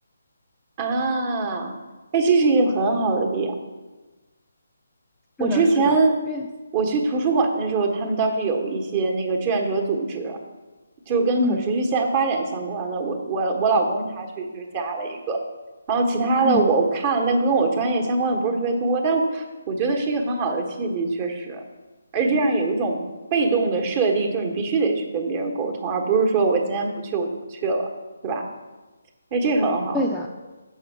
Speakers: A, on the right; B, in the centre.
A: 啊，哎，这是一个很好的点。我之前我去图书馆的时候，
B: 是的，是的，因为
A: 他们倒是有一些那个志愿者组织，就是跟可持续现发展相关的。
B: 嗯
A: 我我我老公他去就加了一个，然后其他的我看了，
B: 嗯，
A: 但跟我专业相关的不是特别多。但我觉得是一个很好的契机，确实。而这样有一种被动的设定，就是你必须得去跟别人沟通，而不是说我今天不去我就不去了，对吧？哎，这很好。
B: 对的。